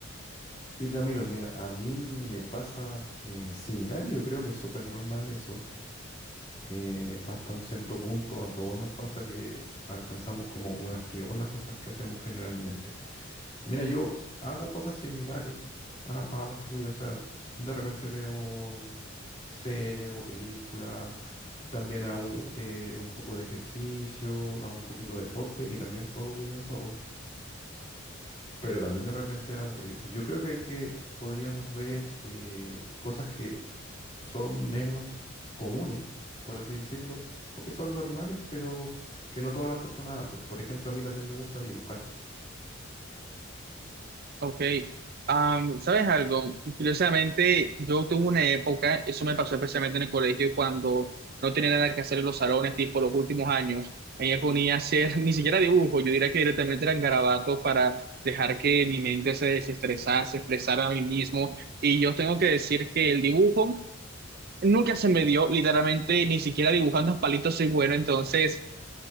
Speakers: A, on the left (about 30°); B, on the right (about 50°).
A: Sí, Camilo, mira, a mí me pasa eh, similar y yo creo que es súper normal eso. Eh, hasta un cierto punto a todos nos pasa que alcanzamos como un activo en las cosas que hacemos generalmente. Mira, yo hago cosas similares a, a las tuyas, o sea, de repente veo series o películas, también hago eh, un poco de ejercicio, hago un poquito de deporte y también juego videojuegos. pero también de repente es aburrido. Yo creo que hay que, podríamos ver eh, cosas que son menos comunes, por así decirlo, o que son normales, pero que no todas las personas hacen. Por ejemplo, a mí también me gusta dibujar.
B: Ok, Am, ¿sabes algo? Curiosamente, yo tuve una época, eso me pasó especialmente en el colegio, cuando no tenía nada que hacer en los salones, tipo los últimos años. Ahí me ponía a hacer <laughs> ni siquiera dibujo, yo diría que directamente eran garabatos para dejar que mi mente se desestresase, expresara a mí mismo. Y yo tengo que decir que el dibujo nunca se me dio, literalmente, ni siquiera dibujando palitos soy bueno, entonces.